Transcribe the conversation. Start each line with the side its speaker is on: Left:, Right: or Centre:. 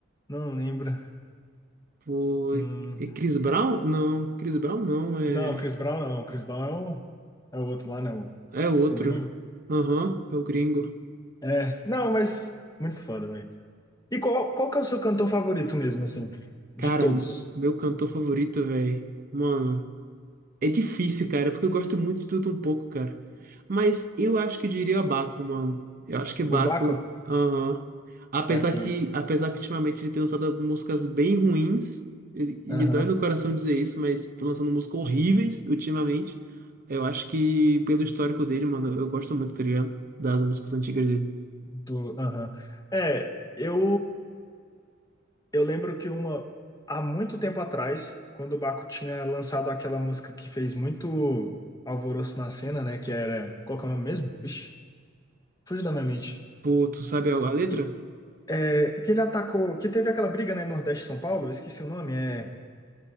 Left: Não lembro.
Right: O,
Left: Hum,
Right: é Chris Brown? Não, Chris Brown não, é,
Left: não, Chris Brown não. Chris Brown é o, é o outro lá, né? O,
Right: é outro.
Left: o gringo.
Right: Aham, é o gringo.
Left: É, não, mas muito foda, velho. E qual, qual que é o seu cantor favorito mesmo, assim, de
Right: Cara,
Left: todos?
Right: meu cantor favorito, velho. Mano. É difícil, cara, porque eu gosto muito de tudo um pouco, cara. Mas eu acho que eu diria Baco, mano. Eu acho que Baco,
Left: O Baco?
Right: aham. Apesar
Left: Saquei.
Right: que, apesar que ultimamente ele tem lançado músicas bem ruins, ele- e
Left: Aham.
Right: me dói no coração dizer isso, mas tá lançando músicas horríveis ultimamente. Eu acho que pelo histórico dele, mano, eu gosto muito, tá ligado? Das músicas antigas dele.
Left: Do, aham. É, eu, eu lembro que uma, há muito tempo atrás, quando o Baco tinha lançado aquela música que fez muito alvoroço na cena, né, que era, qual que é o nome mesmo? Vixe, fugiu da minha mente.
Right: Pô, tu sabe a, a letra?
Left: Que, é, que ele atacou, que teve aquela briga, né, Nordeste e São Paulo, eu esqueci o nome, é...